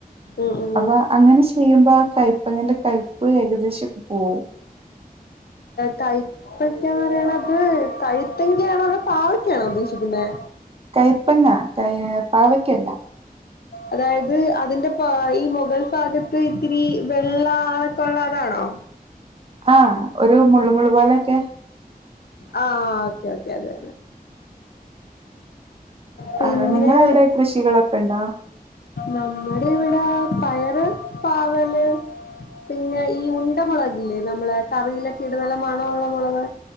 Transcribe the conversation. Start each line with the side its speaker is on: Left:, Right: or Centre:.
Left: ഉം ഉം
Right: അപ്പോ അങ്ങനെ ചെയ്യുമ്പോ ആഹ് കയ്പങ്ങന്റെ കയ്പ് ഏകദേശം ഒക്കെ പോവും.
Left: കയ്പ്പക്കന്ന് പറയണത് കഴുത്തങ്കാണോ അതോ പാവക്കാണോ ഉദ്ദേഷിക്കുന്നത്.
Right: കയ്പ്പങ്ങ കയ് പാവയ്ക്കല്ല.
Left: അതായത് അതിന്റെപ്പോ ഈ മുകൾ ഭാഗത്ത് ഇത്തിരി വെള്ള അങ്ങനൊക്കെ ഉള്ളതാണോ?
Right: ആഹ് ഒരു മുള്ള് മുള്ള് പോലെയൊക്കെ.
Left: ആഹ് ഓക്കെ ഓക്കെ. അതെ പിന്നെ
Right: ആഹ് നിങ്ങളവിടെ കൃഷികളൊക്കെ ഉണ്ടോ?
Left: നമ്മുടെ ഇവിടെ പയറ് പാവല് പിന്നെ ഈ ഉണ്ട മുളകില്ലേ നമ്മള് കറിയിലൊക്കെ ഇടുന്ന നല്ല മണള്ള മുളക്.